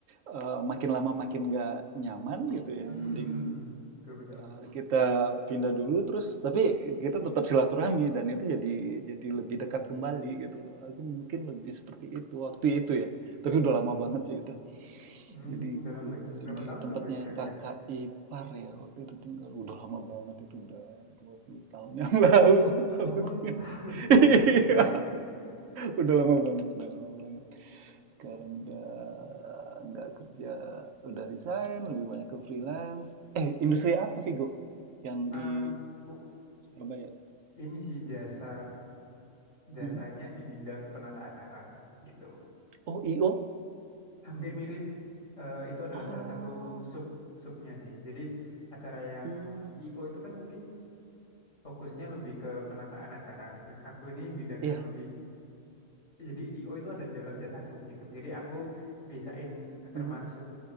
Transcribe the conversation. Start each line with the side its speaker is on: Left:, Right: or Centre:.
Right: eh, makin lama makin nggak nyaman gitu ya,
Left: Hmm,
Right: mending
Left: hmm, hmm. Betul betul.
Right: eh, kita pindah dulu terus tapi kita tetap silaturahmi dan itu jadi jadi lebih dekat kembali gitu loh. Aku mungkin lebih seperti itu waktu itu ya, tapi udah lama banget sih itu.
Left: Hmm,
Right: Jadi
Left: udah
Right: ke
Left: lama ya. Berapa
Right: di
Left: tahun
Right: tempatnya
Left: tuh kira-kira?
Right: kakak ipar ya, waktu itu tinggal. Udah lama banget itu, udah 20 tahun yang lalu.
Left: dua puluh
Right: <laughs>
Left: tahun. Wow,
Right: Iya,
Left: gila sih.
Right: udah lama banget, udah lama banget. Sekarang udah nggak kerja, udah resign, lebih banyak ke freelance. Eh, industri apa Vigo? Yang
Left: Aku
Right: di Surabaya?
Left: ini sih jasa jasanya
Right: Hmm.
Left: di bidang penata acara gitu.
Right: Oh, IO?
Left: Hampir mirip, eh, itu adalah
Right: Oh,
Left: salah satu sub subnya sih. Jadi acara yang
Right: hmm.
Left: IO itu kan mungkin fokusnya lebih ke penataan acara. Nah, aku ini bidangnya
Right: Iya.
Left: lebih, jadi IO itu ada di dalam jasaku gitu. Jadi aku bisain termasuk
Right: Hmm. hmm, hmm.